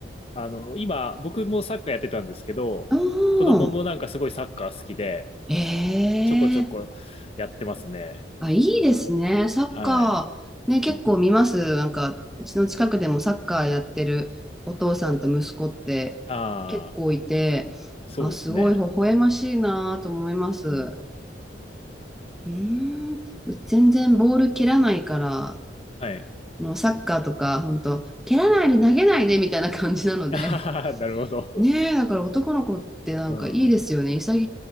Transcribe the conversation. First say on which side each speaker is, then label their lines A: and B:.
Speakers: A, on the left (about 30°); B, in the centre.
A: あの、今、僕もサッカーやってたんですけど、
B: ああ、
A: 子供もなんかすごいサッカー好きで、
B: ええ
A: ちょこちょこやってますね。
B: あ、いいですね。サッカー、
A: はい。
B: ね、結構見ます。なんか、うちの近くでもサッカーやってるお父さんと息子って結構いて、
A: ああ、そうですね。
B: あ、すごい微笑ましいなと思います。う
A: うん。
B: ーん、全然ボール蹴らないから、
A: はい。
B: もうサッカーとか、本当蹴らないで投げないでみたいな感じなので。
A: <laughs> ああ、なるほど。
B: ねえ、だから男の子ってなんかいいですよね。
A: うん。
B: 潔